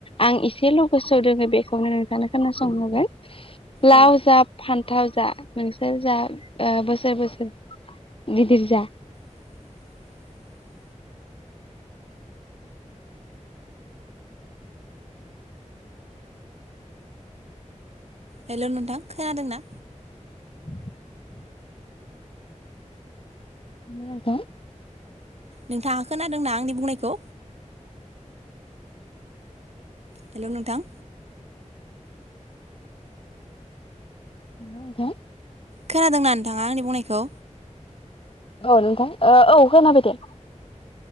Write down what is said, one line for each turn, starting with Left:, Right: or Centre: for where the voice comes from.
Left: आं एसेल' गोसोआव दोङो बेखौनो नोंथानो खोनासंहोबाय लाव
Right: औ
Left: जा फान्थाव जा नोंसोर जा ओ बोसोर बोसोर गिदिर जा।
Right: <inaudible> हेल' नोंथां खोनादोंना?
Left: <inaudible> <unintelligible>
Right: नोंथाङा खोनादोंना आंनि बुंनायखौ? हेल' नोंथां।
Left: <unintelligible>
Right: खोनादोंना नोंथाङा आंनि बुंनायखौ?
Left: औ नोंथां औ खोनाबायदे।